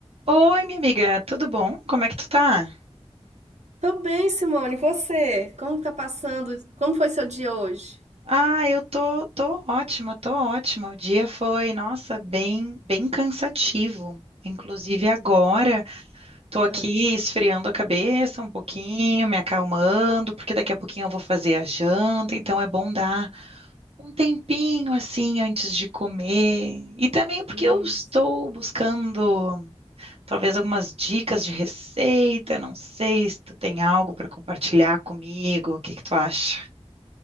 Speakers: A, on the right; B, on the right.
A: Oi, minha amiga, tudo bom? Como é que tu tá?
B: Tô bem, Simone. E Você? Como tá passando? Como foi seu dia hoje?
A: Ah, eu tô, tô ótima, tô ótima. O dia foi, nossa, bem, bem cansativo. Inclusive agora, tô aqui
B: Ah,
A: esfriando a cabeça um pouquinho, me acalmando, porque daqui a pouquinho eu vou fazer a janta, então é bom dar um tempinho assim antes de comer. E também porque
B: isso.
A: eu estou buscando talvez algumas dicas de receita, não sei se tu tem algo para compartilhar comigo, o que que tu acha?